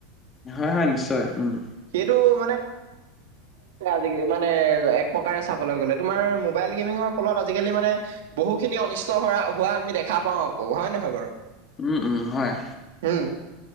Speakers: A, on the left; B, on the right.
A: হয় হয় নিশ্চয় উম।
B: সেইটো মানে আজি মানে এক প্ৰকাৰে চাবলৈ গ'লে, তোমাৰ মোবাইল গেমিঙৰ ফলত আজিকালি মানে বহুখিনি অনিষ্ট হ হোৱা আমি দেখা পাওঁ আকৌ। হয় নহয় বাৰু?
A: উম উম হয়।
B: উম।